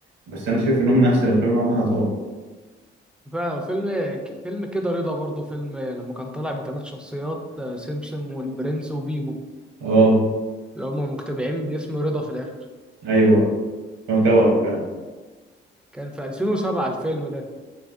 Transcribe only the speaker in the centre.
فعلا فيلم فيلم كده رضا برضه فيلم لما كان طالع بثلاث شخصيات آه، سمسم والبرنس وبيبو
اللي هما مجتمعين باسم رضا في الآخر
كان في 2007 الفيلم ده